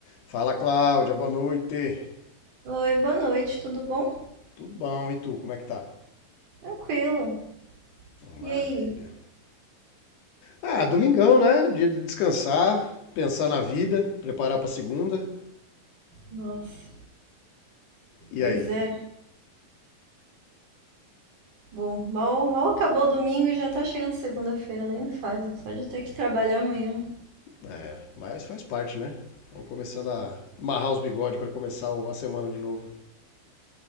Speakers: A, on the left; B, on the right.
A: Fala, Cláudia, boa noite.
B: Oi, boa noite, tudo bom?
A: Tudo bom? E tu, como é que tá?
B: Tranquilo.
A: Maravilha.
B: E aí?
A: Ah, domingão, né? Dia de descansar, pensar na vida, preparar pra segunda.
B: Nossa,
A: E
B: pois
A: aí?
B: é. Bom, mal, mal acabou o domingo e já tá chegando segunda-feira, nem me fale. Só de ter que trabalhar amanhã.
A: É, mas faz parte, né? Vamos começando a amarrar os bigodes pra começar o- a semana de novo.